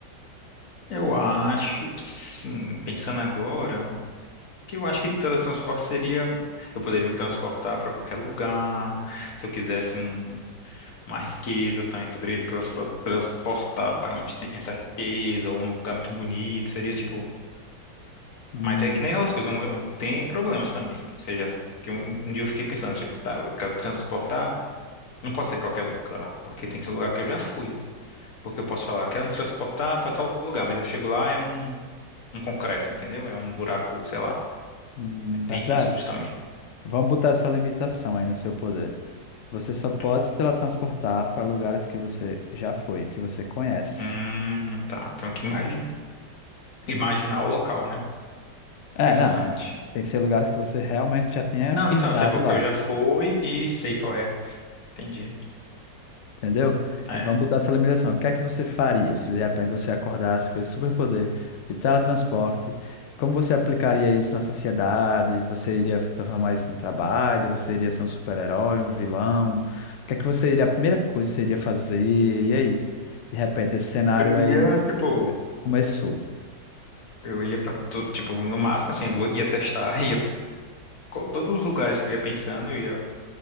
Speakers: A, on the left; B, on the left.
A: Eu acho que sim, pensando agora, que eu acho que teletransporte seria, eu poderia me transportar para qualquer lugar. Se eu quisesse um, uma riqueza, eu também poderia me transpro- transportar para onde tem essa riqueza, ou um lugar muito bonito. Seria tipo
B: Hum,
A: Mas é que
B: tá.
A: nem aquelas coisas, um- um, tem problemas também. Ou seja, que um, um dia eu fiquei pensando, tipo, tá, eu quero transportar, não pode ser qualquer lugar, porque tem que ser um lugar que eu já fui. Porque eu posso falar, quero me transportar para tal lugar, mas eu chego lá, é um, um concreto, entendeu? É um buraco, sei lá.
B: Hum, verdade.
A: Tem riscos também.
B: Vamos botar essa limitação aí no seu poder. Você só pode
A: né?
B: se teletransportar para lugares que você já foi, que você conhece.
A: Hum, tá, tenho que imagi- imaginar o local, né?
B: É,
A: Interessante.
B: não, é- tem que ser lugares que você realmente já tenha
A: Não,
B: pisado
A: então, tipo,
B: lá.
A: que eu já fui e sei qual é. Entendi.
B: Entendeu?
A: É.
B: E Vamos botar essa limitação. O que é que você faria se de repente você acordasse com esse superpoder de teletransporte? Como você aplicaria isso na sociedade? Você iria transformar isso no trabalho? Você iria ser um super-herói, um vilão? O que é que você iria, a primeira coisa que você iria fazer? E aí, de repente, esse cenário
A: Eu
B: aí
A: ia, tipo,
B: começou.
A: eu ia pra, tu- tipo, no máximo, assim, eu ia testar, <laughs> co- todos os lugares que eu ia pensando, eu ia